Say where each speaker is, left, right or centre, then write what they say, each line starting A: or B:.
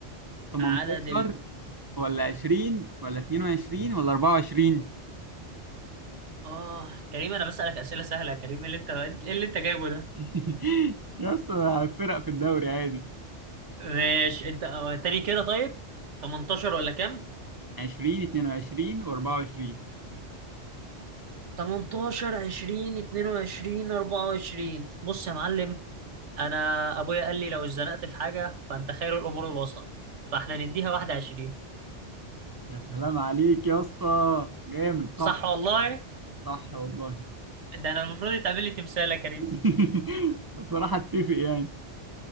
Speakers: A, on the right; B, on the right.
A: 18
B: عدد ال
A: ولا 20 ولا 22 ولا 24
B: اه كريم انا بسألك أسئلة سهلة يا كريم ايه اللي انت ايه اللي انت جايبه ده
A: <laughs> يا اسطى فرق في الدوري عادي
B: ماشي انت آه، تاني كده طيب 18 ولا كام
A: 20 22 و24
B: 18 20 22 24 بص يا معلم انا ابويا قال لي لو اتزنقت في حاجة فانت خير الامور الوسط فاحنا نديها 21
A: يا سلام عليك يا اسطى جامد
B: صح
A: صح
B: والله
A: صح والله
B: ده انا المفروض يتعمل لي تمثال يا كريم
A: <laughs> بصراحة اتفق يعني